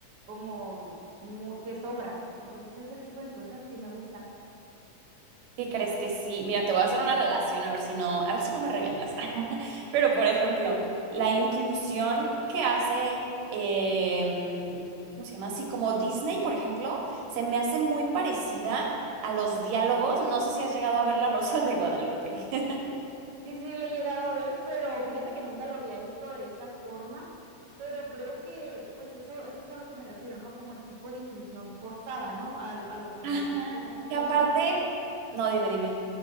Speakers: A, on the right; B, on the right.
A: como muy- que sobra. Entonces ese tipo de inclusión sí me gusta.
B: ¿Qué crees que sí? Mira, te voy a hacer una relación a ver si no, a ver si no me regañas. <laughs> Pero, por ejemplo, la inclusión que hace, em, ¿cómo se llama? Así como Disney, por ejemplo, se me hace muy parecida a los diálogos. No sé si has llegado a ver La Rosa de Guadalupe. <laughs>
A: Sí, sí, le he llegado a ver, pero fíjate que nunca lo había visto de esa forma, pero creo que pues eso, eso es a lo que me refiero, ¿no? Como el tipo de inclusión forzada, ¿no? A, a lo que
B: Ajá.
A: yo voy, como que
B: Que aparte,
A: ni siquiera,
B: no, dime, dime.